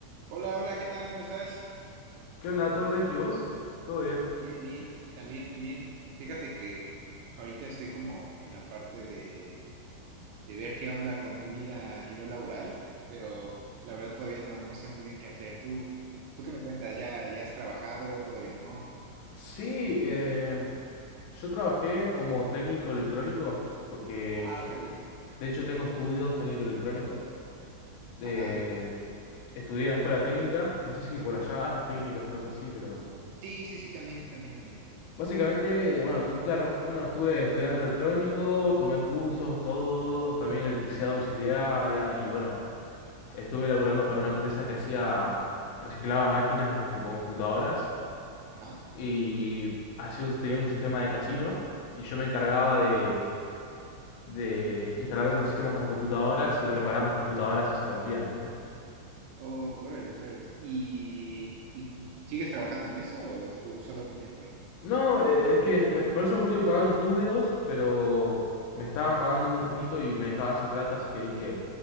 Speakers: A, on the right; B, on the left.
A: Hola, hola, ¿qué tal? ¿Cómo estás?
B: ¿Qué onda? ¿Todo tranquilos? ¿Todo bien?
A: Bien, bien, también muy bien. Fíjate que ahorita estoy como en la parte de, de ver qué onda con mi vida a nivel laboral, pero la verdad todavía no, no sé muy bien qué hacer. ¿Tú, tú qué me cuentas? ¿Ya, ya has trabajado? ¿Todavía no?
B: Sí, eh, yo trabajé como técnico electrónico porque
A: Ah, órales.
B: yo, de hecho tengo estudios técnico electrónico. Eh,
A: Ajá.
B: estudié en la escuela técnica, no sé si por allá haya técnicas o algo así, pero
A: Sí, sí, sí, también, también, también.
B: básicamente, eh, bueno, tú, claro, bueno, estuve estudiando electrónico, tomé cursos, todo, también electricidad domiciliaria y bueno, estuve laburando para una empresa que hacía, reciclaba máquinas tipo computadoras
A: Ajá.
B: y hacía un- tenía un sistema de casino y yo me encargaba
A: Ok.
B: de, de instalar los sistemas a las computadoras y reparar las computadoras si se rompían, ¿viste?
A: Oh, órales, órales. ¿Y, y sigues trabajando en eso o tú solo fue un tiempo ahí?
B: No, eh, es que me- con eso me estuve pagando estudios, pero me estaban pagando muy poquito y me dejaba sin plata, así que dije,